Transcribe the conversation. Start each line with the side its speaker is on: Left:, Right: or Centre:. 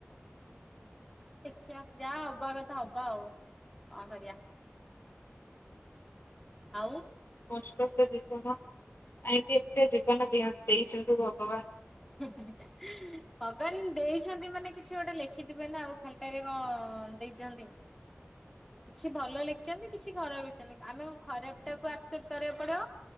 Centre: ଦେଖିବା ଯାହା ହବା କଥା ହବା ଆଉ କଣ କରିବା। ଆଉ
Left: କଷ୍ଟ ସେ ଜୀବନ କାହିଁକି ଏମିତି ଜୀବନ <unintelligible> ଦେଇଛନ୍ତି ଭଗବାନ।
Centre: ହୁଁ ହୁଁ ହୁଁ। ଭଗବାନ ଦେଇଛନ୍ତି ମାନେ କିଛି ଗୋଟେ ଲେଖିଥିବେ ନା ଆଉ ଖାଲଟାରେ କଣ ଦେଇଛନ୍ତି। କିଛି ଭଲ ଲେଖିଛନ୍ତି କିଛି ଖରାପ ଲେଖିଛନ୍ତି ଆମେ ଖରାପ ଟାକୁ ଆକ୍ସେପ୍ଟ କରିବାକୁ ପଡିବ।